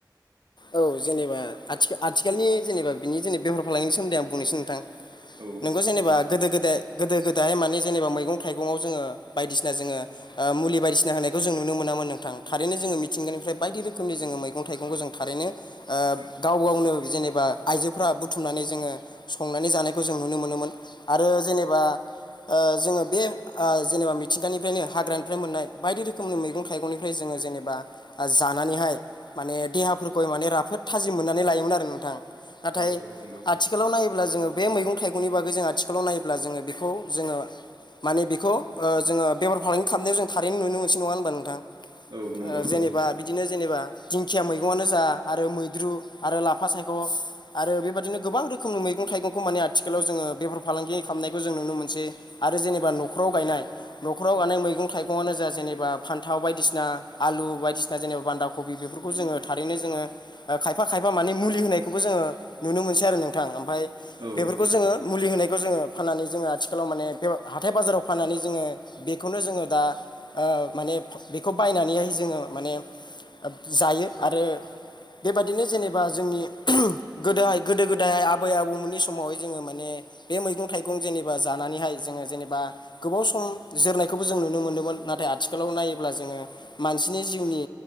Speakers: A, on the left; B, on the right.
A: औ जेनेबा आ आथिखालनि जेनेबा बिनि जेनब बेहर फालांनायनि सोमोन्दै आं बुंनोसै नोंथां
B: औ
A: नोंगौ जेनेबा गोदो गोदाय गोदो गोदायाहाय माने जेनेबा मैगं थाइगंआव जोङो बायदिसिना जोङो मुलि बायदिसिना होनायखौ जों नुनो मोना नोंथां थारैनो जोङो मिथिंगानिफ्राय बायदि रोखोमनि मैगं थाइगंखौ जों थारैनो ओ गाव गावनो जेनेबा आइजोफोरा बुथुमनानै जोङो संनानै जानायखौ जों नुनो मोनोमोन आरो जेनेबा ओ जोङो बे ओ जेनेबा मिथिंगानिफ्रायनो हाग्रानिफ्राय मोननाय बायदि रोखोमनि मैगं थाइगंनिफ्राय जोङो जेनेबा जानानै माने देहा फोर गय माने राफोद थाजिम मोननानै लायोमोन आरो नोंथां नाथाय
B: औ औ नंगौ
A: आथिखालाव नाय अब्ला जोङो बे मैगं थाइगंनि बागै जो आथिखालाव नायोब्ला जोङो बेखौ जोङो माने बेखौ ओ जोङो बेमार फालांगि खालामनायाव जों थारैनो नुनो मोनस नङा होनबा नोंथां ओ
B: औ नंगौ
A: जेनेबा बिदि बिदिनो जेनेबा दिंखिया मैगं आनो आरो मैद्रुआरो लाफासायख' आरो बेबादिनो गोबां रो रोखोम मैग थाइगंखौ मान आखालाव जोङो बेब्र फालांगि खालामनायखौ जों नुनो मोनसै आरो जेनेबा न'खराव गायनाय न'खरावगनाय मैगं मगं थाइंआनो जा जेनेबा फान्थाव बायदिसिना आलु बायदिसिना जेनेबा बान्दाखबि बेफोरखौ जोङो थारैनो जोङो खायफा खायफा मानिे मुलि होनायखौबो जोङो नुनो मोनसै आरो नोंथां ओमाफाय
B: औ
A: बेफोरखौ जोङो मुलि होनाय जोङो फनानै जोङो आथिखालाव माने बे हाथाय बाजाराव फाननानै जोङो बेखौनो जोङो दा ओ ओ माने बेखौ बायनानैहाय जोङो माने जायो आरो बेबादिनो जेनेबा जोंनि गोदोहाय गोदो गोदायाय आबै आबौमोननि समावहाय जोङो माने, बे मैगं थाइगं जेनेबा जानानैहाय जोङो जेनेबा गोबाव सम जोरनायखौबो जों नुनो मोनदोंमोन। नाथाय आथिखालाव नायोब्ला जोङो मानसिनि जिउनि